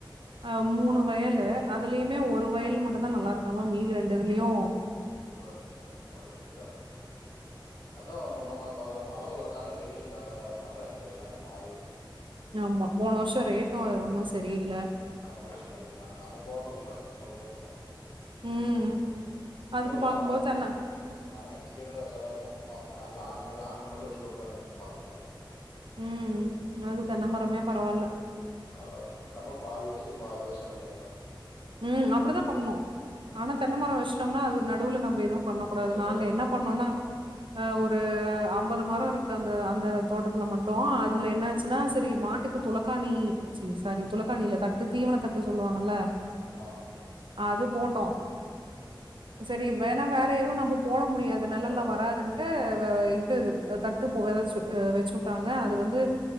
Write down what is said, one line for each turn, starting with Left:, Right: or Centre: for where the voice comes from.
Right: அ மூனு வயலு அதுலியுமே ஒரு வயல் மட்டுதா நல்லா இருக்காமா மீதி ரெண்டு இதுலியு
Left: இக்வர் போன் வந்திச்சா அதா முன்னமார் பருவ மழ ஒழுங்கா இல்ல வெயிலு கட்டால்லானால அந்த எல்லாமே மாறுது
Right: ஆமா போன வருஷோ ரேட்டு அ ஒன்னு சரியில்ல
Left: ஆமா அப்டி சொன்னைட்டு இருந்தாங்க நம்ப போட்டதுல்ல சொல்றதுதா
Right: ம் அதுக்கு
Left: தெர்ல
Right: பாக்கும்போது
Left: நாங்க
Right: தென்ன
Left: நாங்க நெக்ஸ்டியிர்தா வச்சாதா வப்போ பாப்போ அல்ல ஆணின் நீவ் ஆணின் மட்டு வச்சிட்டுவுட்டற வேண்டியனு பாத்துட்ருக்கே
Right: ம் அது தென்னமரமே பரவால்ல
Left: அதா அதா கம்மல் பாதி வச்சிட்டு பாதி விவசாயோ பண்ணிக்க வேண்டியதா
Right: ம் அப்புடிதா பண்ணு
Left: ம்
Right: ஆனா தென்னமரோ வஷ்டம்னா அது நடுவுல நம்ப எதும் பண்ணக்கூடாது
Left: கொஞ்சமே
Right: நாங்க
Left: பண்ண
Right: என்ன
Left: முடியாது
Right: பண்ணோனா
Left: ஆமாம்
Right: ஆ ஒரு அம்பது மரோ இருக்கு அந்த அந்த தோட்டத்துல மட்டு அ துல என்னாச்சின்னா
Left: ம்
Right: சரி மாட்டுக்கு துளக்கானி சி சாரி துளக்காணியில்ல தட் ட் தீவனத்தட்டு சொல்லுவாங்கல்ல
Left: ஆமா
Right: அது போட்டோ
Left: ம்
Right: செரி வேணா வேற எதுவும் நம்ப போட முடியாது நெலல்ல
Left: போட முடியாது
Right: வராதுன்ட்டு
Left: ம் ம்
Right: அ இது தட்டு இப்ப அ வச்சுவுட்டாங்க அது வந்து